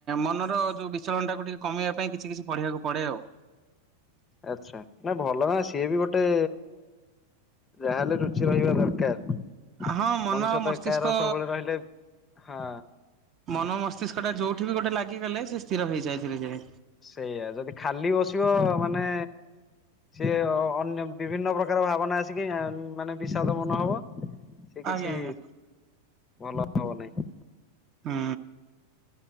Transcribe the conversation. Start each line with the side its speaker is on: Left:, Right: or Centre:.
Right: ମନର ଯୋଉ ବିଚଳଣ ଟାକୁୁ ଟିକେ କମେଇବା ପାଇଁ କିଛି କିଛି ପଢିବାକୁ ପଡେ ଆଉ
Left: ଆଛା ନା ଭଲ ନା ସିଏ ବି ଗୋଟେ ଯାହାହେଲେ ରୁଚି ରହିବା ଦରକାର।
Right: ଆ ହଁ ମନ
Left: ମଣିଷ
Right: ଆଉ
Left: ତ
Right: ମସ୍ତିଷ୍କ
Left: ଏକାର ସବୁବେଳେ ରହିଲେ ହଁ
Right: ମନ ମସ୍ତିଷ୍କଟା ଯୋଉଠି ବି ଗୋଟେ ଲାଗିଗଲେ ସେ ସ୍ଥିର ହେଇଯାଏ ଧୀରେ ଧୀରେ।
Left: ସେଇଆ ଯଦି ଖାଲି ବସିବ ମାନେ ସିଏ ଅନ୍ୟ ବିଭିନ୍ନ ପ୍ରକାର ଭାବନା ଆସିକି ମାନେ ବିଷାଦ ମନ ହବ। ସେ
Right: ଆଜ୍ଞା
Left: କିଛି
Right: ଆଜ୍ଞା
Left: ଭଲ ହବ ନାହିଁ।
Right: ହୁଁ।